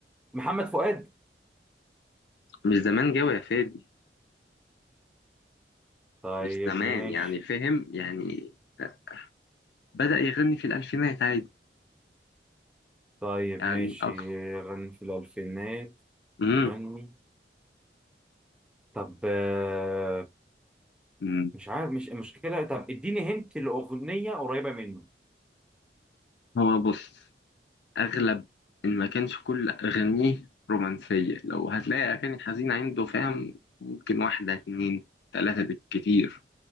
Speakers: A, in the centre; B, on the left (about 70°).
A: محمد فؤاد
B: مش زمان جوي يا فادي
A: طيب
B: مش زمان
A: ماشي
B: يعني فاهم يعني آه، بدأ يغني في الألفينات عادي
A: طيب
B: يعني
A: ماشي
B: أكتر
A: غني في الألفينات
B: مم.
A: مغني طب آه،
B: مم.
A: مش عارف مش المشكلة طب اديني هنت لأغنية قريبة منه
B: هو بص اغلب ان ما كانش كل اغانيه رومانسيه لو هتلاقي اغاني حزينه عنده فاهم ممكن واحده اتنين تلاته بالكتير